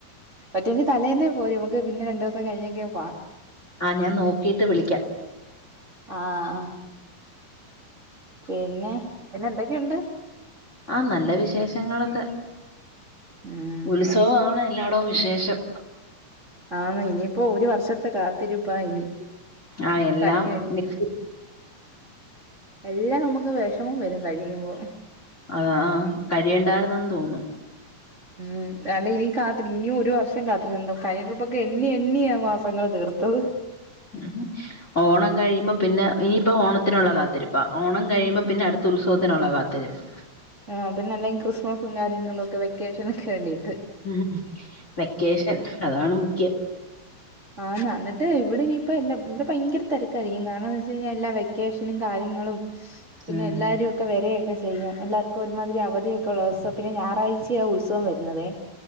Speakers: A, on the right; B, on the left.
A: പറ്റുവെങ്കി തലേന്നേ പോര് നമുക്ക് പിന്നെ രണ്ടോസം കഴിഞ്ഞൊക്കെ പോവാം
B: ആഹ് ഞാൻ നോക്കിട്ട് വിളിക്കാ
A: ആഹ് പിന്നെ പിന്നെ എന്തൊക്കേണ്ട്
B: ആഹ് നല്ല വിശേഷങ്ങളൊക്കെ
A: ഉം
B: ഉത്സവവാണ് എല്ലാടവും വിശേഷം
A: ആന്ന് ഇനിയിപ്പോ ഒരു വർഷത്തെ കാത്തിരുപ്പാ ഇനി
B: ആഹ് എല്ലാം
A: കഴിഞ്ഞു കഴിഞ്ഞു
B: മിക്സ്
A: എല്ലാം നമക്ക് വെഷമം വെരും കഴിയുംമ്പോ
B: അതാഹ് കഴിയെണ്ടാര്ന്നെന്ന് തോന്നും
A: മ് അല്ല ഇനി കാത്തി ഇനി ഒരു വർഷം കാത്തിരിക്കണം കഴഞ്ഞ ട്രിപ്പൊക്കെ എണ്ണി എണ്ണിയാ മാസങ്ങള് തീർ ത്തത്
B: ഉ ഹും ഓണം കഴിയുമ്പം പിന്നെ ഇനിയിപ്പോ ഓണത്തിനുള്ള കാത്തിരിപ്പാ ഓണം കഴിയുമ്പം പിന്നെ അടുത്ത ഉത്സവത്തിനുള്ള കാത്തിരുപ്പ്
A: ആഹ് പിന്നെ അല്ലങ്കി ക്രിസ്മസും കാര്യങ്ങളും ഒക്കെ വെക്കേഷന് ഒക്കെ വേണ്ടി
B: മ് വെക്കേഷൻ അതാണ് മുഖ്യം
A: ആഹ് എന്നിട്ട് ഇവിടെ ഇനിയിപ്പം എല്ലാം ഇവിടെ ഭയങ്കര തെരക്കായിരിക്കും കാരണം എന്തന്ന് വെച്ചഴിഞ്ഞാൽ എല്ലാ വെക്കേഷനും കാര്യങ്ങളും പിന്നെ
B: ഉം
A: എല്ലാരും ഒക്കെ വരയൊക്കെ ചെയ്യും എല്ലാവർക്കും ഒരുമാതിരി അവധിയൊക്കെ ഉള്ളോസാ പിന്നെ ഞായറാഴ്ചാ ഉത്സവം വരുന്നതേ